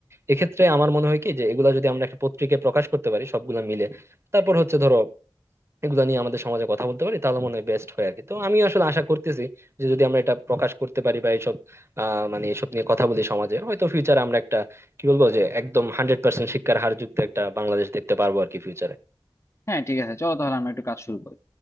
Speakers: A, on the right (about 30°); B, on the left (about 30°).
A: এক্ষেত্রে আমার মনে হয় কি যে এগুলা যদি আমরা একটা পত্রিকায় প্রকাশ করতে পারি সবগুলা মিলে তারপর হচ্ছে ধরো এগুলো নিয়ে আমাদের সমাজে কথা বলতে পারি তাহলে মনে হয় বেস্ট হয় আর কি তো আমি আসলে আশা করতেছি যে যদি আমরা এটা প্রকাশ করতে পারি বা এইসব আহ মানে এসব নিয়ে কথা বলি সমাজে হয়তো ফিউচারে আমরা একটা কি বলবো যে একদম হান্ড্রেড পার্সেন্ট শিক্ষার হার যুক্ত একটা বাংলাদেশ দেখতে পারবো আর কি ফিউচারে
B: হ্যাঁ ঠিক আছে চলো তাহলে আমরা একটু কাজ শুরু করি